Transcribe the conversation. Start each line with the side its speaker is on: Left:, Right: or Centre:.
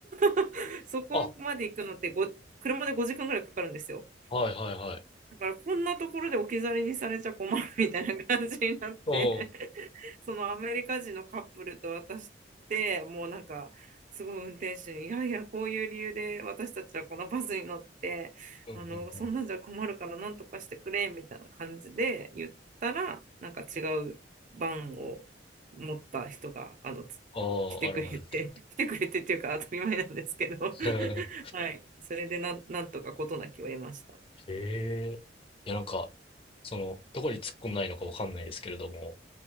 Right: <laughs> そこまで行くのってご車で5時間ぐらいかかるんですよ。
Left: あ、はいはいはい。
Right: だからこんなところで置き去りにされちゃ困るみたいな感じになって
Left: おお。
Right: <laughs> そのアメリカ人のカップルと私ってもうなんかすごい運転手に「いやいやこういう理由で私たちはこのバスに乗ってあのそんなんじゃ困るからなんとかしてくれ」みたいな感じで言ったらなんか違うバンを持った人があのつ来てくれて
Left: うんうんうん。ああ、現れて。
Right: <laughs> 来てくれてっていうか当たり前なんですけど
Left: うん
Right: <laughs> はいそれでなん、なんとか事なきを得ました。
Left: へえ。いや、なんか、その、どこに突っ込んないのかわかんないですけれども、